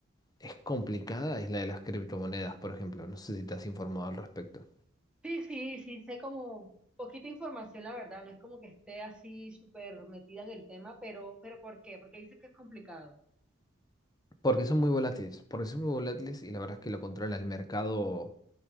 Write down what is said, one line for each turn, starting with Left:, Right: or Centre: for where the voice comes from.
Left: es complicada es la de las criptomonedas, por ejemplo. No sé si te has informado al respecto.
Centre: Sí, sí, sí, sé como poquita información, la verdad, no es como que esté así súper metida en el tema, pero, pero ¿por qué? Porque dice que es complicado.
Left: Porque son muy volátiles, porque son muy volátiles y la verdad es que lo controla el mercado.